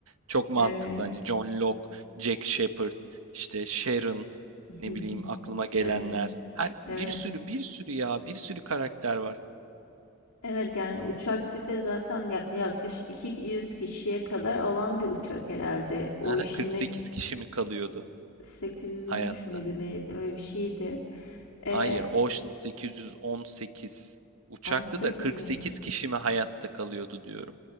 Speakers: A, on the right (about 75°); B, on the left (about 80°).
A: çok mantıklı.
B: eee,
A: Hani John Locke, Jack Shepherd, işte Sharon
B: <laughs>
A: ne bileyim aklıma gelenler.
B: evet,
A: Her,
B: evet.
A: bir sürü bir sürü ya bir sürü karakter var.
B: Evet yani uçak bir de zaten yak- yaklaşık 200 kişiye kadar alan bir uçak herhalde. O
A: Aha,
B: işin
A: 48 kişi mi kalıyordu
B: 813
A: hayatta?
B: müydü neydi öyle bir şeydi.
A: Hayır,
B: Ee,
A: Ocean 818 uçakta
B: 18
A: da 48
B: miydi?
A: kişi mi hayatta kalıyordu diyorum.